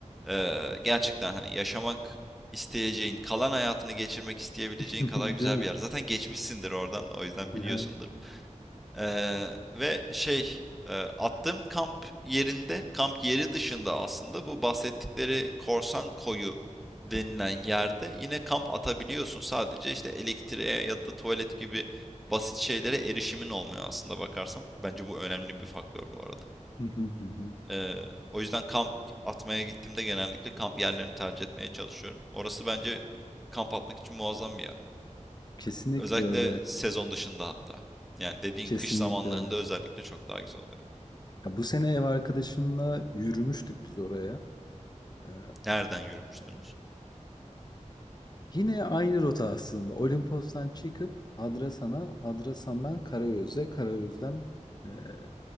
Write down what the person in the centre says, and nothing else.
eee, gerçekten hani yaşamak isteyeceğin, kalan hayatını geçirmek isteyebileceğin
kadar güzel
bir yer. Zaten geçmişsindir oradan o yüzden
biliyorsundur.
Eee, ve şey, eee, attığım kamp yerinde, kamp yeri dışında aslında bu bahsettikleri Korsan Koyu denilen yerde yine kamp atabiliyorsun. Sadece işte elektriğe ya da tuvalet gibi basit şeylere erişimin olmuyor aslında bakarsan. Bence bu önemli bir faktör bu arada.
Eee, o yüzden kamp atmaya gittiğimde genellikle kamp yerlerini tercih etmeye çalışıyorum. Orası bence kamp atmak için muazzam bir yer.
Özellikle
sezon dışında hatta. Yani dediğin
kış zamanlarında
özellikle çok daha güzel oluyor.
Nereden yürümüştünüz?